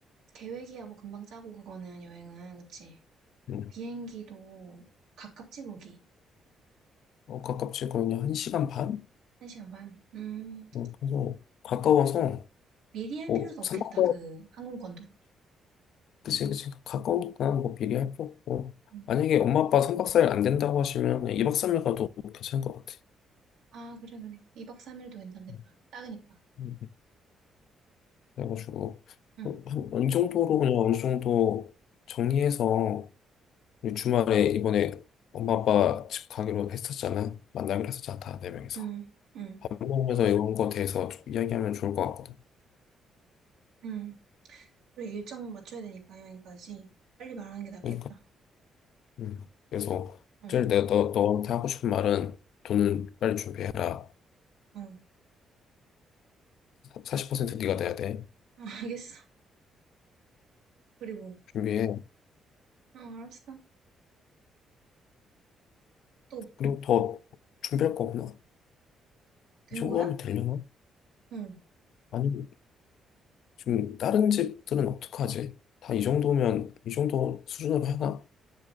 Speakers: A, on the right; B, on the left.
A: 계획이야, 뭐, 금방 짜고, 그거는, 여행은. 그치?
B: 음.
A: 비행기도 가깝지, 거기.
B: 어, 가깝지 거의 한 시간 반?
A: 한 시간 반. 음,
B: 어, 그래서 가까워서
A: 미리 할
B: 뭐
A: 필요도 없겠다,
B: 3박
A: 그, 항공권도.
B: 그치, 그치. 가까우니까 뭐 비교할 거 없고.
A: 음.
B: 만약에 엄마 아빠 3박 4일 안 된다고 하시면 그냥 2박 3일 가도 괜찮을 것 같아.
A: 아, 그래, 그래. 2박 3일도 괜찮겠다.
B: 음,
A: 딱으니까
B: 음, 음. 그래가지고,
A: 응,
B: 어, 한, 어느 정도로 그냥 어느 정도 정리해서 우리 주말에 이번에 엄마 아빠 집 가기로 했었잖아. 만나기로 했었잖아. 다 네 명이서.
A: 응, 응,
B: 밥 먹으면서 이런 거 대해서 좀 이야기하면 좋을 것 같거든.
A: 응. 그래, 일정 맞춰야 되니까, 여행까지. 빨리 말하는 게 낫겠다.
B: 그러니까. 음. 그래서,
A: 응,
B: 제일 내가 너, 너한테 하고 싶은 말은 돈은 빨리 준비해라.
A: 응.
B: 40% 네가 내야 돼.
A: 응, 알겠어. 그리고,
B: 준비해.
A: 응, 알았어. 또,
B: 그리고 더 준비할 거 없나?
A: 된
B: 이 정도
A: 거야?
B: 하면 되려나?
A: 응.
B: 아니, 지금 다른 집들은 어떡하지? 다 이 정도면, 이 정도 수준으로 하나?